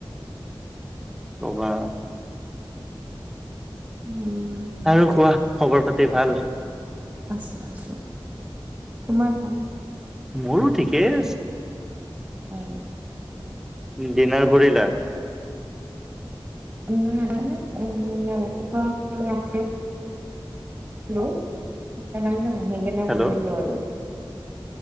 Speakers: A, in the centre; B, on the right (about 30°).
A: কবা
B: উম,
A: আৰু কোৱা খবৰ পাতি ভাল?
B: আছো। আছো। তোমাৰ ভাল?
A: মোৰো ঠিকেই আছে।
B: অ'হ।
A: ডিনাৰ কৰিলা?
B: নাই নাই ক <unintelligible> আছোঁ। হেল্ল' সেকাৰণে মানে <unintelligible> নকৰিলো
A: হেল্ল'
B: আৰু